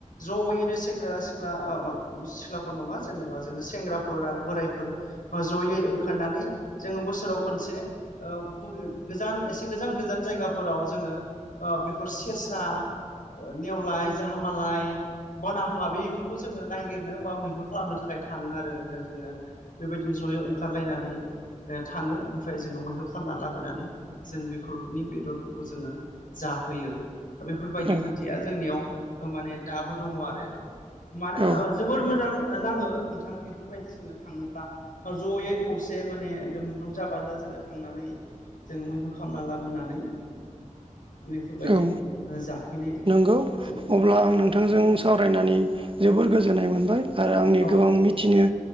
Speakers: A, on the left; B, on the right.
A: जयैनो सेंग्रा सिख्ला सिख्लाफोर नङा जेनेबा जोङो सेंग्राफोर आरो बोरायफोर जयै ओंखारनानै जोङो बोसोराव खनसे ओ बबे गोजान एसे गोजान गोजान जायगाफोराव जोङो ओ बेफोर सेसा नेवलाय जाहामालाय बनहाफा बेफोरखौ जोङो नायगिरनो बा मैहुर खालामनो थाखाय थाङो आरो नोंथां जोङो बेबायदिनो जयै ओंखारलायनानै ओ थाङो ओमफ्राय जोङो मैहुर खालामना लाबोनानै जों बेफोरनि बेदरफोरखौ जोङो जाफैयो बेफोरबायदि
B: औ
A: खान्थिया जोंनियाव माने दाबो दङ आरो मानोना
B: औ
A: जोबोर मोजां नाङो नोंथां बेफोरबायदि जोंङो थांङोब्ला ज'यै खौसे माने <inaudible> जा बाजा जोंङो थांनानै जोंङो मैहोम खालामना लाबोनानै बेफोरबायदि
B: औ
A: जाफैनाय
B: नंगौ
A: जों
B: अब्ला आं नोंथांजों सावरायनानै जोबोर गोजोननाय मोनबाय आरो आंनि
A: औ
B: गोबां मि मिथिनो